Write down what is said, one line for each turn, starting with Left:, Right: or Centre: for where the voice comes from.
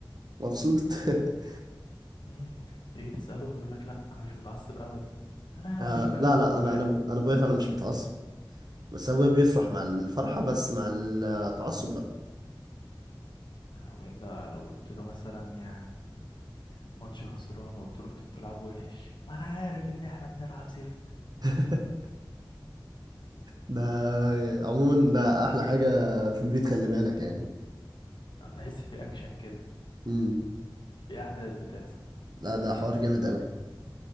Right: مبسوط <laughs>
Left: امم هتيجي تساله يقول لك لا انا مش متعصب ابدا انا
Right: آه
Left: انا مش فارق
Right: لا
Left: الحوار
Right: لا انا
Left: معايا
Right: انا انا ابويا فعلا مش متعصب بس ابويا بيفرح
Left: لا
Right: مع الفرحة بس مع التعصب لا
Left: او الا لو قلت له مثلا يعني ماتش خسران وقلت له انتوا بتلعبوا وحش ما انا عارف ان احنا بنلعب سيفت
Right: <laughs> ده عموما ده احلى حاجة في البيت خلي بالك يعني
Left: هتحس في اكشن كده
Right: امم
Left: في احداث بتحصل
Right: لا ده حوار جامد قوي